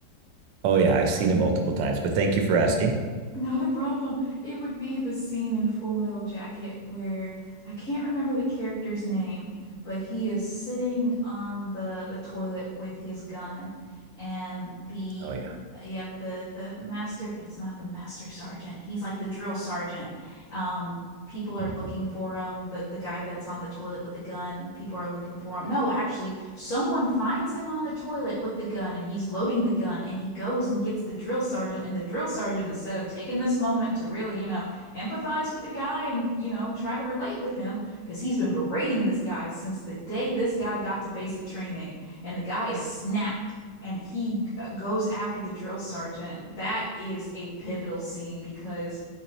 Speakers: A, on the right; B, on the left.
A: Oh yeah, I've seen it multiple times, but thank you for asking.
B: Not a problem. It would be the scene in Full Metal Jacket where I can't remember the character's name, but he is sitting on the the toilet with his gun and the
A: Oh yeah.
B: yep, the the master, it's not the master sergeant. He's like the drill sergeant. Um people are
A: Mm-hmm.
B: looking for him. The the guy that's on the toilet with the gun, people are looking for him. No, actually, someone finds him on the toilet with the gun and he's loading the gun and he goes and gets the drill sergeant and the drill sergeant instead of taking this moment to really, you know, empathize with the guy and, you know, try to relate with him cuz he's been berating this guy since the day this guy got to basic training and the guy is snapped and he uh, goes after the drill sergeant. That is a pivotal scene because